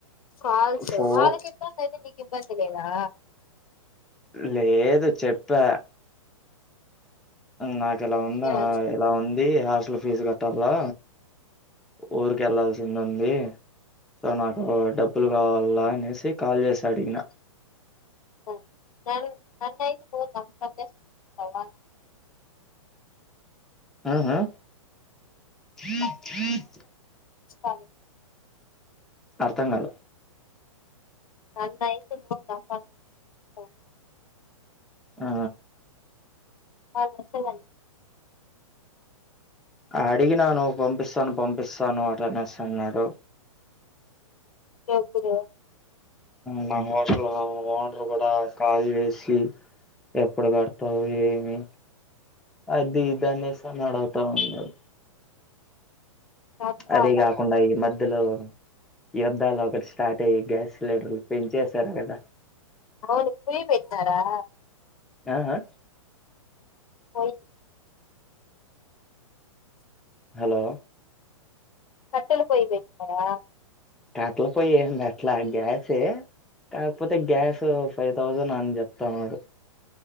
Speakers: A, on the left; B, in the centre.
A: కాల్స్
B: ఫో
A: వాళ్ళకి ఇబ్బంది అయితే నీకు ఇబ్బంది లేదా
B: లేదు చెప్యా నా ఎలా ఉందా
A: ఏమని
B: ఎలా ఉంది హ హాస్టల్ ఫీజు కట్టాలా ఊరికి వెళ్ళాల్సింది ఉంది సో నాకు డబ్బులు కావాలా అనేసి కాల్ చేసి అడిగినా
A: ఆ న నన్ను అయితే పోను చేసి చంపేస్తావ్ మరి వాడ్ని
B: ఆహా చెం చెం
A: చాల్ యిగా
B: అర్థం కాలా
A: నన్ను అయితే మ <unintelligible>
B: ఆ
A: అవు ఏగష్టాలు బన్ చేయి
B: అడిగినాను. పంపిస్తాను. పంపిస్తాను. అటనేసి అన్నాడు.
A: ఎప్పుడు
B: మా హోటల్ ఓనర్ కూడా కాల్ చేసి ఎప్పుడు కడతావు. ఏమి అది ఇదనేసి అడుగుతాన్నాడు.
A: చెప్పాలా
B: అది కాకుండా యిమద్ ఇందులో యుద్ధాలు ఒకటి స్టార్ట్ అయ్యి గ్యాస్ సిలిండర్లు పెంచేసారు కదా.
A: అవును కుయ్యి పెట్టారా
B: ఆ అ
A: ఓయి
B: హలో
A: కట్టెల పొయ్యి పెట్నార
B: కట్టల పొయ్యేమ్ పెట్లా గ్యాసే. కాకపోతే గ్యాస్ ఫైవ్ థౌజండ్ అని చెప్తానాడు.